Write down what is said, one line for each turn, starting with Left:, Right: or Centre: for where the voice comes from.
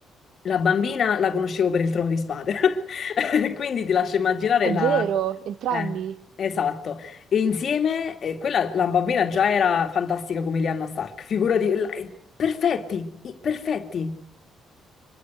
Left: La bambina la conoscevo per il Trono di Spade. <laughs> Quindi ti lascio immaginare
Right: È
Left: la...
Right: vero, entrambi.
Left: Eh, esatto. E insieme, eh, quella, la bambina già era fantastica come Lyanna Stark, figurati, la- eh, perfetti, i- perfetti.